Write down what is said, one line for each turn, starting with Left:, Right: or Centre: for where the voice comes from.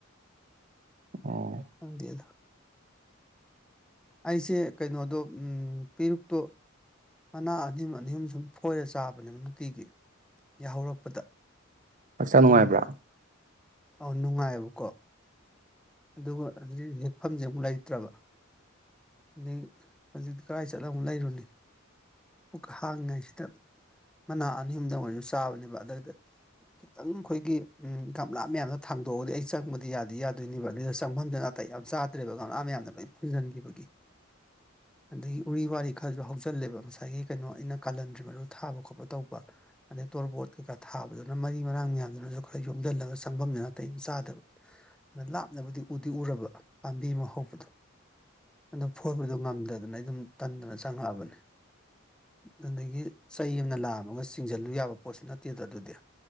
Right: ꯑꯣ
Centre: ꯈꯪꯗꯦꯗ ꯑꯩꯁꯦ ꯀꯩꯅꯣꯗꯣ ꯎꯝ ꯄꯦꯔꯨꯛꯇꯣ ꯃꯅꯥ ꯑꯅꯤꯍꯨꯝ ꯑꯅꯤꯍꯨꯝ ꯁꯨꯝ ꯐꯣꯏꯔ ꯆꯥꯕꯅꯦꯕ ꯅꯨꯡꯇꯤꯒꯤ ꯌꯥꯍꯧꯔꯛꯄꯗ
Right: ꯍꯛꯆꯥꯡ
Centre: ꯑꯗꯨꯒꯅꯦ
Right: ꯅꯨꯡꯉꯥꯏꯕ꯭ꯔꯥ
Centre: ꯑꯧ ꯅꯨꯡꯉꯥꯏꯌꯦꯕꯀꯣ ꯑꯗꯨꯒ ꯍꯧꯖꯤꯛ ꯍꯦꯛꯐꯝꯁꯦ ꯑꯃꯨꯛ ꯂꯩꯇ꯭ꯔꯕ ꯑꯗꯩ ꯍꯧꯖꯤꯛꯇꯤ ꯀꯥꯏ ꯆꯠꯂ ꯑꯃꯨꯛ ꯂꯩꯔꯨꯅꯤ ꯄꯨꯛ ꯍꯥꯡꯉꯤꯉꯩꯁꯤꯗ ꯃꯅꯥ ꯑꯅꯤ ꯍꯨꯝꯗꯪ ꯑꯣꯏꯔꯁꯨ ꯆꯥꯕꯅꯦꯕ ꯑꯗꯨꯗ ꯈꯤꯇꯪ ꯈꯣꯏꯒꯤ ꯎꯝ ꯒꯝꯂꯥꯞ ꯃꯌꯥꯝꯗ ꯊꯥꯡꯗꯣꯛꯑꯒꯗꯤ ꯑꯩ ꯆꯪꯕꯗꯤ ꯌꯥꯗꯤ ꯌꯥꯗꯣꯏꯅꯦꯕ ꯆꯪꯐꯝꯁꯦ ꯅꯥꯇꯩ ꯌꯥꯝ ꯆꯥꯗ꯭ꯔꯦꯕ ꯒꯝꯂꯥ ꯃꯌꯥꯝꯅ ꯂꯣꯏ ꯐꯨꯖꯤꯟꯈꯤꯕꯒꯤ ꯑꯗꯒꯤ ꯎꯔꯤ ꯋꯥꯔꯤ ꯈꯔꯁꯨ ꯍꯧꯖꯤꯜꯂꯦꯕ ꯉꯁꯥꯏꯒꯤ ꯀꯩꯅꯣ ꯑꯩꯅ ꯀꯥꯜꯍꯟꯗ꯭ꯔꯤ ꯃꯔꯨ ꯊꯥꯕ ꯈꯣꯠꯄ ꯇꯧꯕ ꯑꯗꯩ ꯇꯣꯔꯕꯣꯠ ꯀꯩꯀꯥ ꯊꯥꯕꯗꯨꯅ ꯃꯔꯤ ꯃꯔꯥꯡ ꯃꯌꯥꯝꯗꯨꯅꯁꯨ ꯈꯔ ꯌꯣꯝꯁꯤꯜꯂꯒ ꯆꯪꯐꯝꯁꯤ ꯅꯥꯇꯩ ꯆꯥꯗꯕ ꯑ ꯂꯥꯞꯅꯕꯨꯗꯤ ꯎꯗꯤ ꯎꯔꯕ ꯄꯥꯝꯕꯤ ꯑꯃ ꯍꯧꯕꯗꯣ ꯑꯗꯨ ꯐꯣꯏꯕꯗꯨ ꯉꯝꯗꯗꯅ ꯑꯩ ꯑꯗꯨꯝ ꯇꯟꯗꯅ ꯆꯪꯉꯛꯑꯕꯅꯤ ꯑꯗꯨꯗꯒꯤ ꯆꯩ ꯑꯃꯅ ꯂꯥꯛꯑꯃꯒ ꯆꯤꯡꯁꯤꯜꯂꯨ ꯌꯥꯕ ꯄꯣꯠꯁꯨ ꯅꯠꯇꯦꯗ ꯑꯗꯨꯗꯤ